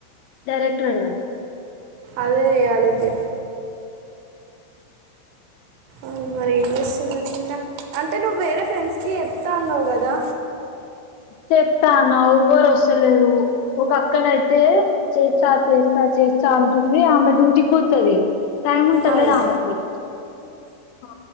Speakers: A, on the left (about 80°); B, on the right (about 80°).
A: డైరెక్ట్ పెడదాం
B: అదే ఎయాలే ఊకే ఉమ్ మరి ఏం చేస్తున్నారు ఇంకా అంటే నువ్వు వేరే ఫ్రెండ్స్ కి చెప్తా అన్నావు కదా
A: చెప్తా అన్నావ్ ఎవ్వరు ఒస్తలేరు ఒక అక్కనయితే చేస్తా చేస్తా చేస్తా ఉంటుంది ఆమె డ్యూటీకి పోతది టైమ్ ఉంట
B: అవును
A: లేదా ఆమెకి హా